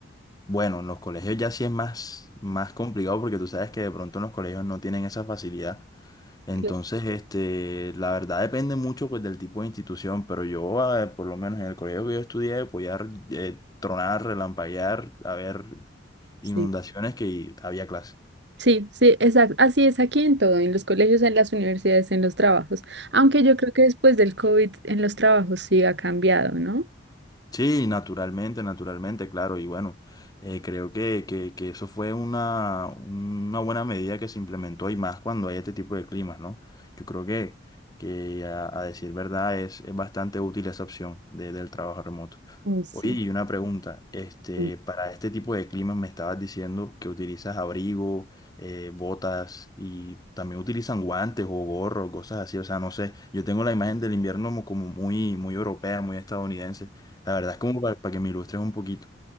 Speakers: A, on the left; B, on the right.
A: Bueno, en los colegios ya sí es más, más complicado porque tú sabes que de pronto en los colegios no tienen esa facilidad. Entonces,
B: Claro,
A: este, la verdad depende mucho pues del tipo de institución, pero yo eh, por lo menos en el colegio que yo estudié podía eh, tronar, relampaguear, haber
B: Sí,
A: inundaciones que había clase.
B: sí, sí, exacto. Así es aquí en todo, en los colegios, en las universidades, en los trabajos. Aunque yo creo que después del COVID en los trabajos sí ha cambiado, ¿no?
A: Sí, naturalmente, naturalmente, claro. Y bueno, eh, creo que, que, que eso fue una, una buena medida que se implementó y más cuando hay este tipo de climas, ¿no? Yo creo que, que a, a decir verdad es, es bastante útil esa opción de- del trabajo remoto.
B: Uy, sí.
A: Oye, y una pregunta, este,
B: sí.
A: para este tipo de climas me estabas diciendo que utilizas abrigo, eh, botas y también utilizan guantes o gorros, cosas así, o sea, no sé, yo tengo la imagen del invierno como muy, muy europea, muy estadounidense. La verdad es como para, para que me ilustres un poquito.